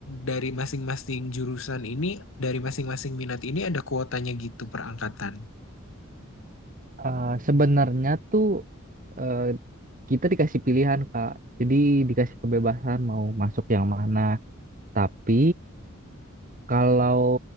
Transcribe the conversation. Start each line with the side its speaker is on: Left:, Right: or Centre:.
Left: dari masing-masing jurusan ini, dari masing-masing minat ini ada kuotanya gitu per angkatan?
Right: Eh, sebenarnya tuh eh, kita dikasih pilihan Kak. Jadi dikasih kebebasan mau masuk yang mana. Tapi Kalau